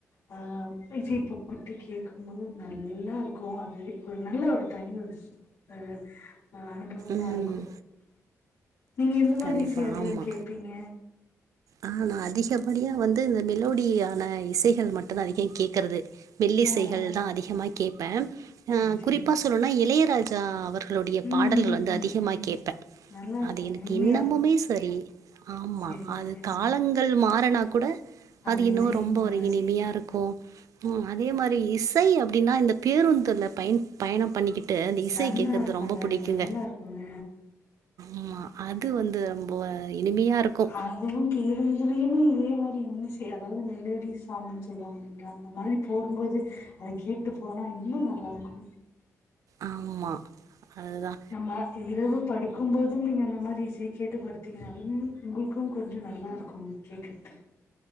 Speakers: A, on the left; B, on the right.
A: ஆ இசைய போட்டு கேக்கும் போது நல்லா இருக்கு அது ஒரு நல்ல ஒரு தனி ஒரு அ அ அனுபவமா
B: ம்
A: இருக்கு நீங்க எந்த மாரி
B: கண்டிப்பா
A: இசைய அதிகோ
B: ஆமா
A: கேப்பீங்க
B: ஆ நா அதிகப்படியா வந்து இந்த மெலோடியான இசைகள் மட்டுதா அதிகோ கேக்குறது மெல்லிசைகள்
A: ஆ ஆ
B: தா அதிகமா கேப்பே அ
A: செரி செரி
B: குறிப்பா சொல்னோனா இளையராஜா அவர் களுடைய
A: ம்
B: பாடல்கள்
A: ம்
B: வந்து
A: ம்
B: அதிகமா
A: ம்
B: கேப்பே
A: நல்லா இருக்கு
B: அது எனக்கு
A: இனிமையா
B: இன்னமுமே
A: இருக்கு
B: சரி ஆமா
A: செரிங்க
B: அது
A: செரிங்க
B: உங்கள் மாறனா கூட
A: அந்த
B: அது இன்னு
A: இசை
B: ரொம்ப
A: மாறாது
B: ஒரு இனிமையா இருக்கு ம் அதே மாரி ரி இசை அப்டின்னா இந்த பேருந்துல பயன் பயணம் பண்ணி கிட் கிட்டு அந்த இசை
A: நல்லா
B: கேக்குறது
A: இருக்குங்க
B: ரொம்ப புடிக்குங்க
A: நல்லா இருக்குங்க
B: ஆமா அது வந்து ரொம்ப இனிமையா இருக்கு
A: அ அ அதுவும் பேருந்துலயுமே இதே மாரி இன்னிசை அதாவ்து மெலடி சாங்குன் சொல்லுவாங்கங்க அந்த மாரி போகும்போது அத கேட்டு போனா இன்னு நல்லாருக்கு
B: ஆமா அதுதா
A: நம்ம இரவு படு கும்போதும் நீங்க அந்த மாதி இசைய கேட்டு படுத்திங்கனாலும் உங்களுக்கும் கொஞ்ச நல்லாருக்கும் கேக்குறதுக்